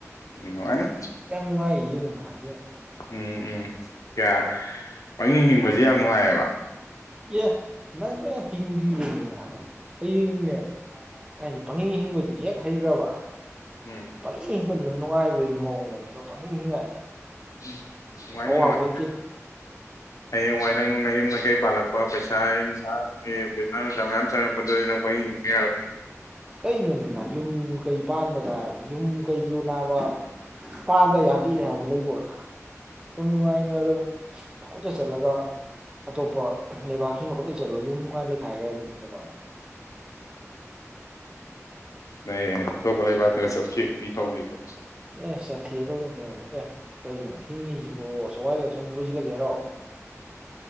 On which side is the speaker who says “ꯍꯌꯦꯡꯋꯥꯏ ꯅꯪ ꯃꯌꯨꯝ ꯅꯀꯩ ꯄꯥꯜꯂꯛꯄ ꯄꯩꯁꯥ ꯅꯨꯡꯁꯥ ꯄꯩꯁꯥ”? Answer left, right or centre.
Left